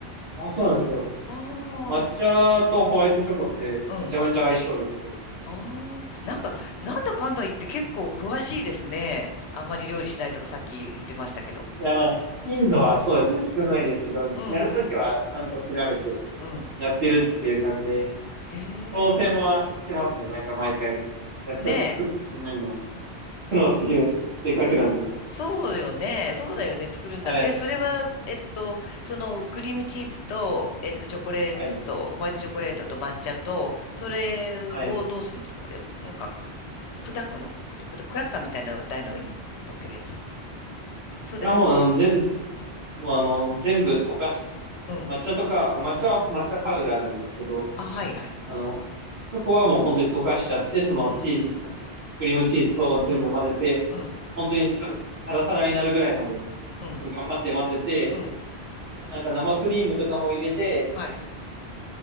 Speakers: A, on the right; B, on the left.
A: あ、そうなんですよ。
B: あ、
A: 抹茶とホワイトチョコってめちゃめちゃ相性良くて。
B: うん、うん。ああ、なんか、なんだかんだ言って結構詳しいですね。あんまり料理しないとかさっき言ってましたけど。
A: いや、まあ頻度はそうですね。少ないですけど、
B: うん、
A: やるときはちゃんと調べて
B: うん。
A: やってるっていう感じで、
B: へえ。
A: 当選はしてますね。なんか毎回。やった、
B: ねえ。
A: 作ったことないの。プロっていう、せっかくなんで。
B: ええ、そうよね。そうだよね。作るんだって。
A: はい。
B: で、それは、えっと、そのクリームチーズと、えっと、チョコレート、
A: はい。
B: ホワイトチョコレートと抹茶と、それをどうするんですかえなんかく、
A: はい。
B: 砕くのく、くだ、クラッカーみたいな台の上に乗っけるやつそうではなく。
A: いや、もうあの、全部、もうあの、全部溶かし
B: うん、
A: 抹茶とか、あ抹茶は抹茶パウダーなんですけど、
B: うん。あ、はいはい。
A: あの、チョコはもう本当に溶かしちゃって、そのチーズ、
B: うん、
A: あチクリームチーズと全部混ぜて、
B: うん、うん、
A: 本当にさタラタラになるぐらいまで、
B: うん、
A: 本当頑張って混ぜて、
B: うん。
A: あとなんか生クリームとかも入れて、
B: はい、